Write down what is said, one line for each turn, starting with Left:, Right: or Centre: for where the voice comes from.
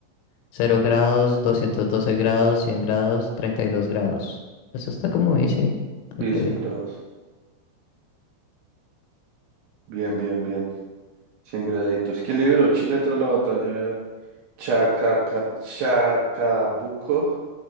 Left: cero grados, 212 grados, 100 grados, 32 grados. Eso está como easy. Ok.
Right: Sí, 100 grados. Bien, bien, bien. cien graditos. ¿Quién libró Chile tras la batalla Chacaca- Chacabuco?